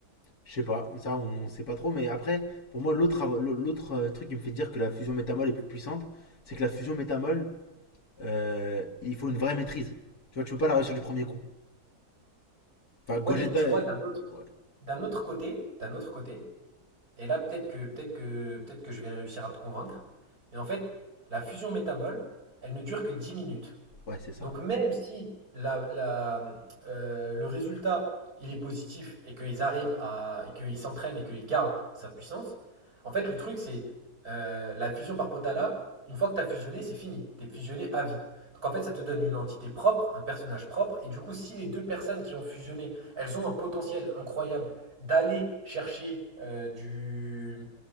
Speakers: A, on the left; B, on the right.
A: je sais pas. Ça, on, on sait pas trop. Mais après, pour moi, l'autre av- l'autre euh, truc qui me fait dire que la fusion métamol est plus puissante, c'est que la fusion métamol, euh, il faut une vraie maîtrise. Tu vois, tu peux pas la réussir du premier coup. Enfin, Gogeta.
B: Ouais, mais tu
A: euh,
B: vois, d'un autre,
A: ouais,
B: d'un autre côté, d'un autre côté, et là peut-être que, peut-être que, peut-être que je vais réussir à te convaincre, mais en fait, la fusion métabole, elle ne dure que 10 minutes.
A: ouais c'est ça.
B: Donc même si la, la, euh, le résultat il est positif et qu'ils arrivent à et qu'ils s'entraînent et qu'ils gardent sa puissance, en fait le truc c'est euh, la fusion par Potala, une fois que tu as fusionné, c'est fini, tu es fusionné à vie. Donc en fait ça te donne une entité propre, un personnage propre, et du coup si les deux personnes qui ont fusionné, elles ont un potentiel incroyable d'aller chercher euh, du,